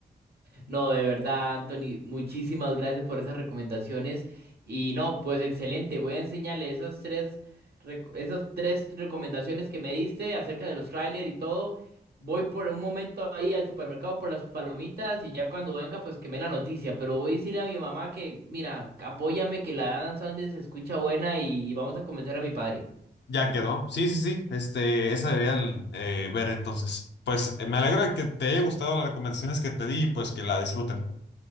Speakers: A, on the right; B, on the left.
A: No, de verdad, Anthony, muchísimas gracias por esas recomendaciones. Y no, pues excelente, voy a enseñarle esas tres, rec- esas tres recomendaciones que me diste acerca de los trailers y todo. Voy por un momento ahí al supermercado por las palomitas y ya cuando venga, pues que me dé la noticia. Pero voy a decirle a mi mamá que, mira, apóyame, que la Adam Sandler se escucha buena y vamos a convencer a mi padre.
B: Ya quedó. Sí, sí, sí. Este, esa debían eh, ver entonces. Pues eh, me alegra que te haya gustado las recomendaciones que te di y pues que la disfruten.